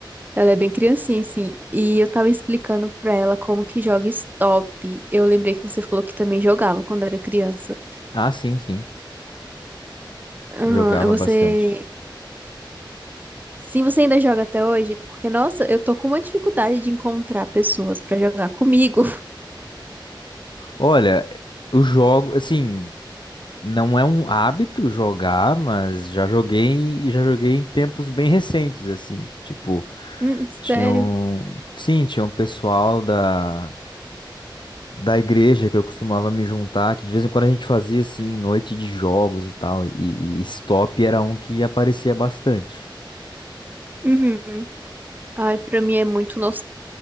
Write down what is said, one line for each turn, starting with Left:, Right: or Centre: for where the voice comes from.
Right: Ela é bem criancinha, assim, e eu tava explicando pra ela como que joga Stop. Eu lembrei que você falou que também jogava quando era criança.
Left: Ah, sim, sim.
Right: Aham,
Left: Jogava
Right: você...
Left: bastante.
Right: Sim, você ainda joga até hoje? Porque, nossa, eu tô com uma dificuldade de encontrar pessoas pra jogar comigo. <laughs>
Left: Olha, eu jogo, assim, não é um hábito jogar, mas já joguei e já joguei em tempos bem recentes, assim. Tipo,
Right: Hum,
Left: tinha
Right: sério?
Left: um, sim, tinha um pessoal da da igreja que eu costumava me juntar, que de vez em quando a gente fazia assim noite de jogos e tal, e, e Stop era um que aparecia bastante.
Right: Uhum. Ai, pra mim é muito nostálgico